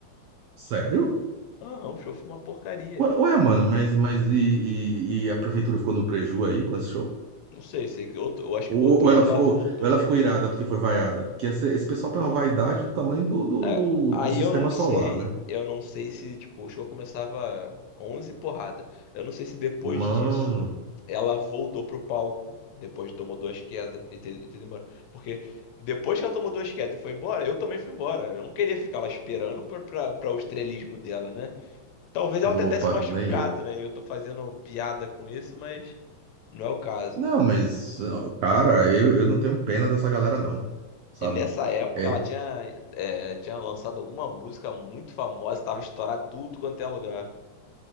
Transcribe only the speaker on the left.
Aham, o show foi uma porcaria.
Não sei, sei que outro, eu acho
que o outro
ano
ela
voltou.
É,
aí
eu não sei,
eu não sei se, tipo, o show começava 11 porrada. Eu não sei se depois
disso ela voltou pro palco, depois de tomou duas quedas e ter, e ter demorado. Porque depois que ela tomou duas quedas e foi embora, eu também fui embora. Eu não queria ficar lá esperando pra, pra, pra o estrelismo dela, né? Talvez ela
tentar
se machucado,
né? E Eu tô fazendo piada com isso, mas não é o caso.
E nessa época
ela tinha, é, tinha lançado alguma música muito famosa, estava estourado tudo quanto é lugar.